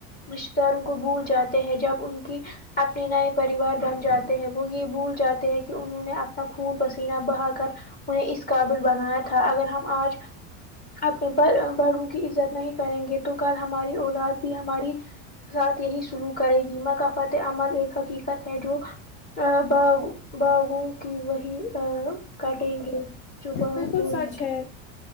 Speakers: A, on the left (about 25°); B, on the left (about 50°).
A: رشتے داروں کو بھول جاتے ہیں جب ان کی اپنے نئے پریوار بن جاتے ہیں وہ یہ بھول جاتے ہیں کہ انہوں نے اپنا خون پس سینا بہا کر انہیں اس قابل بنایا تھا اگر ہم آج آپ کو باڑا بارو کی عزت نہیں کریں گے تو کل ہماری اولاد بھی ہماراری ساتھ یہی سلوک کرے گی ہی ما کا فتح عمل ایک حقیقت ہے جو با باغوں کی وہی کاٹیں گے جو بولیں
B: بالکل سچ
A: گے
B: ہے